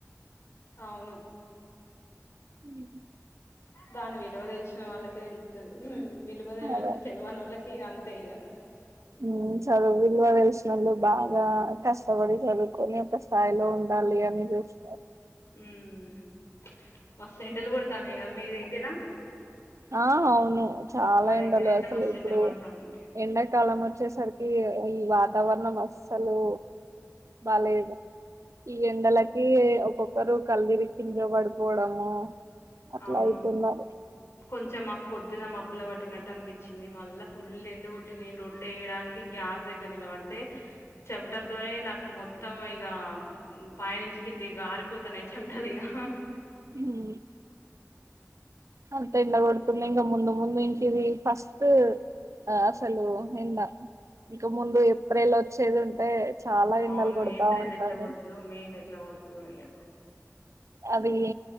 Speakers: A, on the left (about 60°); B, on the right (about 75°).
A: అవును
B: మీది
A: దాన్ని విలువ తెలిసిన వాళ్ళకే తెలుతది ఉహు విలువ
B: అదే
A: తెలివనోళ్ళకి ఇగ అ ంతేగా
B: ఉమ్ చదువు విలువ తెలిసినోళ్ళు బాగా కష్టపడి చదువుకొని ఒక స్థాయిలో ఉండాలి గాన్ని చూస్తారు
A: ఉమ్ మస్తు ఎండలు కొడుతనైగా మీ దగ్గర
B: ఆ అవును చాలా
A: మా
B: ఎండలు
A: దగ్గర అయితే
B: అసలు
A: మస్తు
B: ఇప్పుడు
A: ఎండ కొడతాంది
B: ఎండాకాలం ఒచ్ వచ్చేసరికి ఈ వాతావరణం అస్సులు బాలెదు. ఈ ఎండలకి ఒక్కొక్కరు కళ్లుదిరి కింద పడిపోవడము అట్లా
A: అవును
B: అయితున్నారు
A: కొంచెం మాకు పొద్దున్న మబ్బుల పట్టినట్టు అనిపించింది మళ్ళీ ఫుల్ ఎండు కొట్టి నేను రొట్ట చేయడానికి గ్య గ్యాస్ దగ్గర నిలబడితే చెమటలతోనే నాకు మొత్తం ఇగ పైనించి కింది ఇగ కారిపోతనే చెంమటలిగా
B: ఉం అంత ఎండ పడుతున్నా ఇంకా ముందు ముందు ఇం ఇది ఫస్ట్ అసలు ఎంద ఇంక ముందు ఏప్రిల్ వచ్చేది ఉంటే చాలా
A: అవును
B: ఎండలు కొడతా
A: ఏప్రిల్
B: ఉంటది
A: ఎట్లా గొడుతదో మే లో ఎట్లా గొడుతదో ఇగ
B: అది